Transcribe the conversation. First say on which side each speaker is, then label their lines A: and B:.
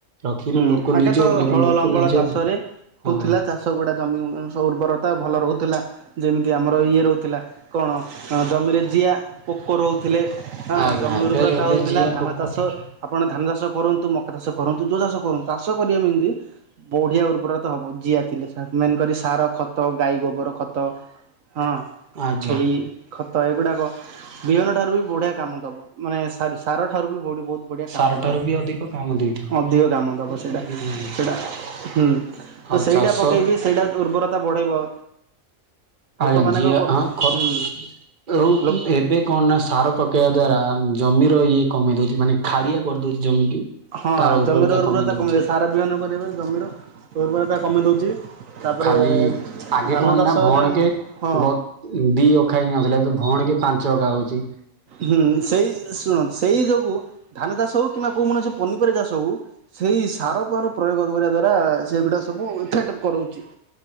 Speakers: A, on the right; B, on the right.
A: ରଖିକି
B: ହୁଁ
A: ଲୋକ
B: ଆଗେ
A: ନିଜ
B: ତ
A: ଉପରେ ଏବେ
B: ହଳ
A: ଲୋକ
B: ଲଙ୍ଗଳ
A: ନିଜ
B: ଚାଷରେ
A: ଉପରେ
B: ହୋଉଥିଲା
A: ହଁ
B: ଚା ସବୁ ଗୁଡା ଜମି ସବୁ ଉର୍ବରତା ଭଲ ରହୁଥିଲା। ଯେମିତି ଆମର ଇଏ ରହୁଥିଲା କଣ ଜମିରେ ଜିଆ ପୋକ ରହୁଥିଲେ ହଁ
A: ଆଜ୍ଞା
B: ଜମି
A: ଏବେ
B: ଉର୍ବରତା
A: ଏବେ
B: ହୋଉଥିଲା
A: ଯିଏ
B: ଧାନ
A: ପୋକ
B: ଚାଷ
A: ଟିକେ
B: ଆପଣ ଧାନ ଚାଷ କରନ୍ତୁ ମକା ଚାଷ କରନ୍ତୁ ଯୋଉ ସବୁ ହୁଁ ଚାଷ କରିବ କେମିତି ବଢିଆ ଉର୍ବରତା ହବ ଜିଆ ଥିଲେ ମେନ୍ କରି ସାର, ଖତ ଗାଈଗୋବର ଖତ ହଁ
A: ଆଜ୍ଞା
B: ଛେଳି ଖତ ଏଗୁଡାକ ବିହନ ଠାରୁ ବି ବଢିଆ କାମ ଦବ ମାନେ ସରି ସାର ଠାରୁ ବି ବଢି ବହୁ ବଢିଆ କାମଦବ
A: ସାର ଠାରୁ ବି ଅଧିକ କାମ ଦେଇଥାଏ।
B: ଅଧିକ କାମ ସେଇଟା
A: ଆଜ୍ଞା
B: ସେଇଟା
A: ଜାଣିଛି ଏଇଟା।
B: ହୁଁ ତ
A: ଆଉ
B: ସେଇଟା
A: ଚାଷ
B: ପକେଇବି ସେଇଟା ଉର୍ବରତା ବଢେଇବ। ଲୋକମାନେ
A: ଆଜ୍ଞା ଜିଆ
B: କଣ କରୁ
A: ହଁ ଖ
B: ହୁଁ
A: ହେଉ
B: ଲୋ
A: କି ଏ ଏବେ କଣ ନା ସାର ପକେଇଆ ଦ୍ଵାରା ଜମିର ଇଏ କମେଇ ଦଉଚି ମାନେ ଖାରିଆ କରିଦୋଉଚି ଜମିକି
B: ହଁ
A: ତାର
B: ଜମିର ଉର୍ବରତା
A: କମେଇ ଦଉଛି
B: କମି ଯାଉଚି ସାର ବିହନ କରିବା ପାଇଁ ଜମିର ଉର୍ବରତା କମେଇ ଦୋଉଚି। ତାପରେ
A: ଖାଲି ଆଗେ
B: ଧାନ
A: କଣ
B: ଚାଷ
A: ନା ଭଣକେ
B: ହେଲେ ହଁ
A: ଗ ଦି ଅଖାଇ ମାଗିଲା ଯିଏ ଭଉଣୀ କି ପାଞ୍ଚ ଅଖା ହୋଉଚି।
B: ହୁଁ ସେଇ ଶୁଣ ସେଇ ଯୋଗୁ ଧାନଚାଷ ହୋଉ କିମ୍ବା କୋଉ କୌଣସି ପନିପରିବା ଚାଷ ହୋଉ ସେଇ ସାର ଫାର ପ୍ରୟୋଗ କରିବା ଦ୍ଵାରା ସେଇଗୁଡା ସବୁ ଇଫେକ୍ଟ କରୋଉଚି।